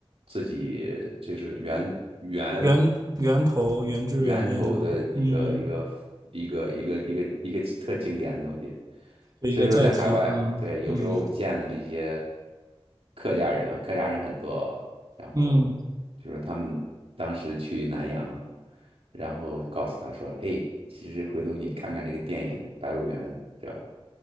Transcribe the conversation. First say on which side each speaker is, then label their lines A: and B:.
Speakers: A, on the right; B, on the right.
A: 自己就是源源
B: 源源头原汁原味这种，
A: 源头的一个一个一个一个一个一个特经典的东西。
B: 嗯，就一个载体，
A: 所以说，在海外，
B: 嗯嗯
A: 对，有时候见了这些客家人啊，客家人很多，然后
B: 嗯
A: 就说他们当时去南阳，然后告诉他说：“嘿，其实回头你看看这个电影《白鹿原》，是吧？